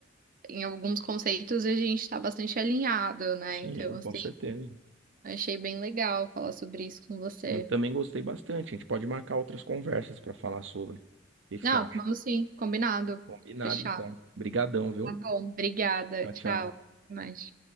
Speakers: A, on the right; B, on the right.
A: em alguns conceitos a gente tá bastante alinhado, né?
B: Sim,
A: Então, assim,
B: com certeza.
A: achei bem legal falar sobre isso com você.
B: Eu também gostei bastante. A gente pode marcar outras conversas para falar sobre. O que que
A: Não,
B: você acha?
A: vamos sim, combinado,
B: Combinado,
A: fechado.
B: então. Obrigadão, viu?
A: Tá bom, obrigada,
B: Tchau,
A: tchau.
B: tchau.
A: Até mais.